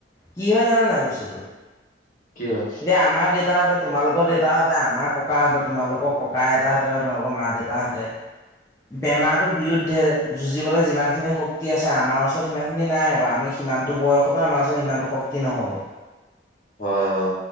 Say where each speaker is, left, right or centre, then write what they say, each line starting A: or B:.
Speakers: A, on the left; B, on the left.
A: কি হয় জানাানাই বস্তুটো?
B: কি হয়
A: এতিয়া আমাৰ দে দেউতাহঁতে, তোমালোকৰ দেউতাহঁতে, আমাৰ ককাহঁতে, তোমালোকৰ ককা এতাহঁতে বা তোমালোকৰ মা দেউতাহঁতে বেমাৰৰ বিৰুদ্ধে যুঁজিবলৈ যিমান খিনি শক্তি আছে, আমাৰ ওচৰত সিমান খিনি নাই আকৌ আমি সিমানটো বয়সতো আমাৰ আছে সিমানটো শক্তি নহ'ব।
B: হয় অ'